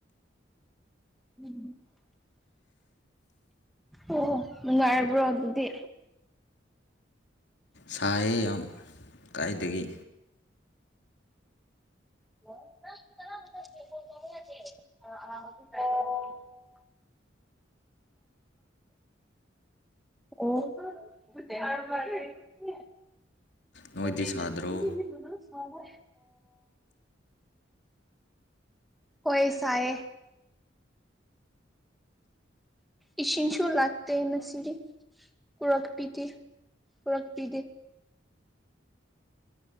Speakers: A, in the centre; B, on the left (about 65°).
A: ꯎꯝ ꯑꯣ ꯅꯨꯡꯉꯥꯏꯔꯕ꯭ꯔꯣ ꯑꯗꯨꯗꯤ
B: ꯁꯥꯍꯦ ꯌꯥꯝ ꯀꯥꯏꯗꯒꯤ
A: <unintelligible> ꯑ ꯑꯣ ꯍꯕꯅꯒꯤꯅ
B: ꯅꯣꯏꯗꯤ ꯁꯥꯗ꯭ꯔꯣ
A: ꯁꯃ ꯑꯣꯏꯣꯏ ꯁꯥꯏꯦ ꯏꯁꯤꯡꯤꯟ ꯁꯨꯔ ꯂꯥꯛꯇꯅ ꯁꯤꯔꯤ ꯀꯔꯛ ꯄꯤꯗ ꯀꯔꯛ ꯄꯤꯗ